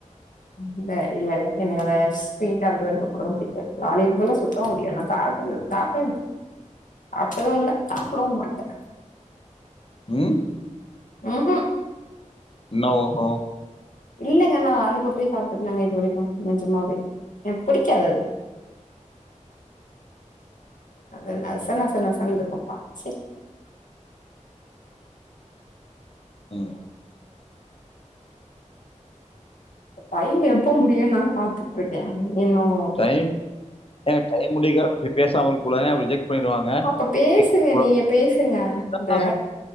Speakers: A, on the left (about 85°); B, on the left (about 45°).
A: ம் இல்ல இல்ல இல்ல எனக்கு அந்த ஸ்வீட்டா இருக்க ரெண்டு பொருளு பிடிக்காது லாலிபாப்ல்லா சுத்தமா பிடிக்காது நா சாப்டது சாப் சாப்ட்டது இல்ல சாப்டவு மாட்டே
B: ம்
A: ம் ஹூ
B: என்ன உ ஹூ
A: இல்லங்க நா லாலிபாப்பே சாப்ட்டதில்லங்க இது வரைக்கு நெஞமாவே எனக்கு பிடிக்காது அது அது நசனசனன்னு இருக்கும்ப்பா சி
B: ம்
A: டைம் எப்ப முடியுன்னு நா பாத்துட்டு இருக்கே நீ என்னவோ
B: டைம் ஏங்க டைம் முடியிறகாக அப்டி பேசாம இருக்க கூடாதுங்க அப்பறோ ரிஜெக்ட் பண்ணிருவாங்க
A: அப்ப பேசுங்க
B: ஒரு
A: நீங்க பேசுங்க
B: அண்ணா
A: இந்த
B: சொல்